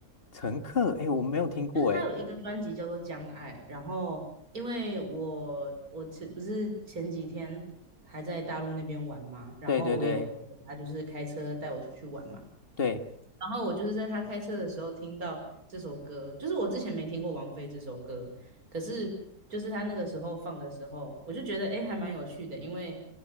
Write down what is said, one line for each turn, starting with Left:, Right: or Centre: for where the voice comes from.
Left: 《乘客》，哎，我没有听过哎。
Right: 就是她有一个专辑叫做《将爱》，然后因为我我前不是前几天还在大陆那边玩嘛，然后我也有他就是开车带我出去玩嘛，
Left: 对对对对，
Right: 然后我就是在他开车的时候听到这首歌，就是我之前没听过王菲这首歌，可是就是他那个时候放的时候，我就觉得哎还蛮有趣的，因为